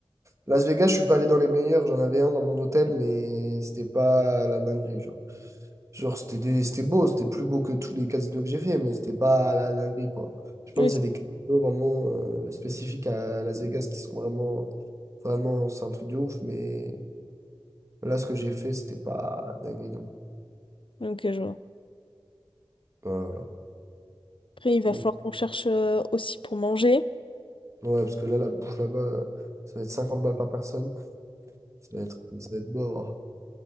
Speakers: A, on the right; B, on the left.
A: Las Vegas, je suis pas allé dans les meilleurs. J'en avais un dans mon hôtel, mais c'était pas la dinguerie. Genre, genre c'était des- c'était beau, c'était plus beau que tous les casinos que j'ai fait, mais c'était pas la dinguerie, quoi. Je pense
B: Oui,
A: qu'il y a des casinos vraiment euh, spécifiques à Las Vegas qui sont vraiment, vraiment, c'est un truc de ouf, mais là, ce que j'ai fait, c'était pas dinguerie non plus.
B: c'est- ok, je vois.
A: Voilà,
B: Après, il va
A: voilà.
B: falloir qu'on cherche euh, aussi pour manger.
A: Donc, ouais, parce que là, la bouffe là-bas, euh, ça va être 50 balles par personne. Ça va être, ça va être beau.